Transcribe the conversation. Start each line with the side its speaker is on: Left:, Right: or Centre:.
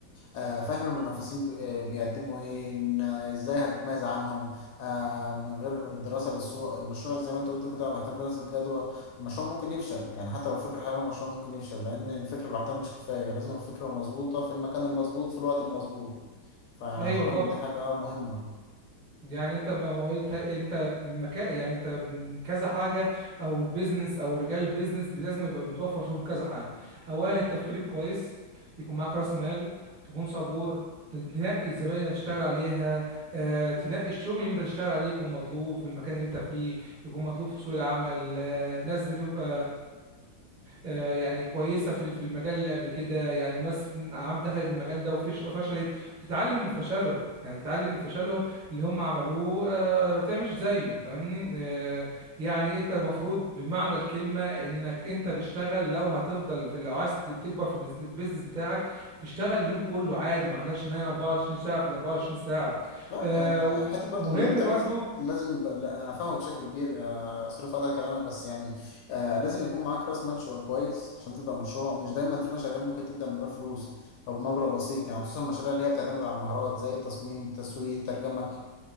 Left: آه فاهم المنافسين ب- آه، بيقدموا ايه ان آه، ازاي هتتميز عنهم آه من غير دراسه للسوق المشروع زي ما انت قلت كده محتاج دراسه جدوى المشروع ممكن يفشل يعني حتى لو الفكرة حلوة المشروع ممكن يفشل لأن الفكرة لوحدها مش كفاية لازم الفكرة مظبوطة في المكان المظبوط في الوقت المظبوط فأنا
Right: ايوه
Left: أعتقد
Right: طبعا
Left: إن دي حاجة مهمة
Right: يعني انت ما ما قلت انت مكا يعني انت م- كذا حاجه او البيزنس او رجال البيزنس بي- لازم يبقى متوفر فيهم كذا حاجه اولا التفكير الكويس يكون معاك راس مال تكون صبور ت- تنقي الزباين اللي هتشتغل عليها آه، تنقي الشغل اللي انت هتشتغل عليه يكون مطلوب في المكان اللي انت فيه يكون مطلوب في سوق العمل آه، ناس بتبقى آه، يعني كويسه في ال- في المجال اللي قبل كده يعني ناس عم- دخلت المجال ده وفش- وفشلت تتعلم من فشلهم يعني تتعلم من فشلهم اللي هم عملوه آه، ما تعملش زيه فاهمني آه، يعني انت المفروض بمعنى الكلمة انك انت تشتغل لو هتفضل في لو عايز تكبر في بزن- في البيزنس بتاعك تشتغل اليوم كله عادي ما عندكش مانع 24 ساعة في ال 24 ساعة
Left: لا
Right: آه،
Left: يعني حتى برضو
Right: ومهم
Left: إن أنت لازم
Right: برضو
Left: لازم ب... لا، أنا فاهمك بشكل كبير آه، صرف هذا كلامك بس يعني آه لازم يكون معاك رأس مال شو- كويس عشان تبدأ مشروع مش دايما في مشاريع ممكن تبدأ من غير فلوس أو بمبلغ بسيط يعني خصوصا المشاريع اللي هي بتعتمد على المهارات زي التصميم التسويق الترجمة